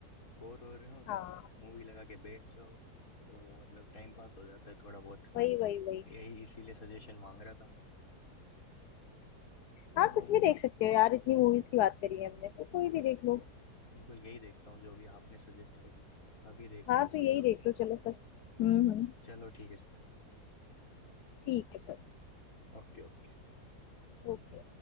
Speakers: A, on the left; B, on the left.
A: बोर हो रहे हो तो
B: हाँ
A: मतलब मूवी लगा के बैठ जाओ तो मतलब टाइम पास हो जाता है थोड़ा बहुत
B: वही वही वही
A: यही इसीलिए सजेशन मांग रहा था मैं
B: हाँ
A: तो हम्म,
B: कुछ भी देख सकते हो यार इतनी मूवीज की बात करी है हमने तो कोई भी देख लो
A: बिल्कुल यही देखता हूँ जो भी आपने सजेस्ट करी अभी देखता
B: हाँ
A: हूँ
B: तो यही
A: मतलब
B: देख लो चलो फिर हम्म हम्म
A: चलो ठीक है सर
B: ठीक है फिर
A: Okay okay
B: ओके